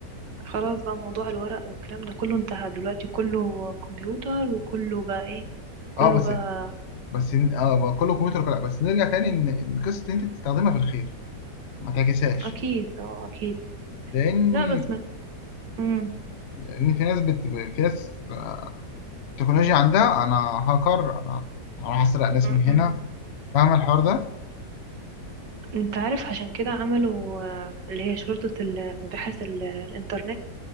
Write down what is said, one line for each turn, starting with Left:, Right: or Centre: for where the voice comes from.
Right: خلاص بقى موضوع الورق والكلام ده كله انتهى دلوقتي كله كمبيوتر وكله بقى ايه كله
Left: اه بس
Right: بقى
Left: بس ن- اه بقى كله كمبيوتر وكل- بس نرجع تاني ان إن قصه إن انت تستخدمها في الخير ما تعكسهاش
Right: اكيد اه اكيد
Left: لان
Right: لا بس ما امم
Left: لان في ناس بت... في ناس آه، تكنولوجيا عندها انا هاكر انا انا راح اسرق ناس
Right: امم
Left: من هنا
Right: إمم.
Left: فاهم الحوار ده
Right: انت عارف عشان كده عملوا آه، اللي هي شرطة المباحث ال- الانترنت